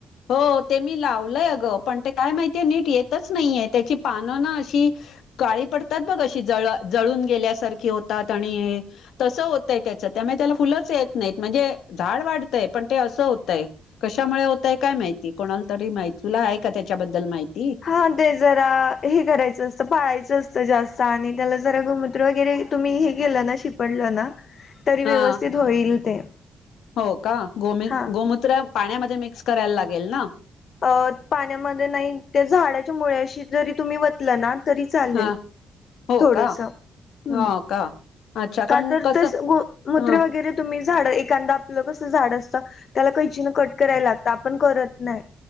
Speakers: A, on the left (about 75°); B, on the left (about 60°).
A: हो ते मी लावलंय गं पण ते काय माहितीय नीट येतच नाहीये त्याची पानं ना अशी काळी पडतात बघ अशी जळ जळून गेल्यासारखी होतात आणि तसं होतय त्याचं त्यामुळे त्याला फुलंच येत नाहीत म्हणजे झाड वाढतंय पण ते असं होतय. कशामुळे होतय काय माहिती कोणाला तरी माहि तुला आहे का त्याच्याबद्दल माहिती
B: हा ते जरा हे करायचं असतं पाळायचं असतं जास्त आणि त्याला जरा गुमत्र वगैरे तुम्ही हे गेलं ना शिपडलं ना. तरी व्यवस्थित
A: हा
B: होईल ते
A: हो का गोम
B: हा
A: गोमत ु पाण्यामध्ये मिक्स करायला लागेल ना.
B: अ पाण्यामध्ये नाही त्या झाडाच्या मुळशी जरी तुम्ही वतल ना तरी चालेल.
A: हा हो
B: थोडस
A: का
B: ह्
A: हो का अच्छा कारण
B: का तर
A: कसं
B: तस ग मूत्र
A: ह
B: वगैरे तुम्ही झाड एखादा आपलं कसं झाड असत. त्याला कैची ना कट करायला लागत आपण करत नाही.